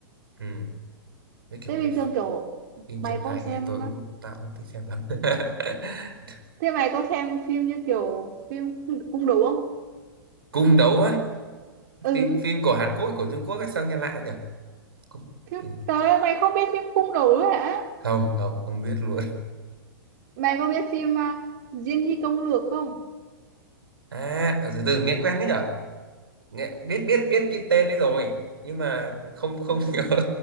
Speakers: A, on the right (about 75°); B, on the right (about 50°).
A: ừ. mấy kiểu
B: thế
A: mấy
B: bình thường kiểu
A: phim
B: mày
A: Trấn Thành
B: có xem
A: thì tôi cũng tao cũng thích xem lắm <laughs>
B: Thế mày có xem phim như kiểu phim cung đấu không?
A: cung đấu á
B: Ừ.
A: phim phim của Hàn Quốc của Trung Quốc ấy sao nghe lạ nhỉ Cung-
B: Thế,
A: ừ.
B: trời ơi, mày không biết phim cung đấu ấy hả?
A: không không không biết luôn
B: Mày có biết phim à, Diên Hy Công Lược không?
A: à từ từ nghe quen đấy nhở nghe biết biết biết cái tên đấy rồi nhưng mà không không <laughs> nhớ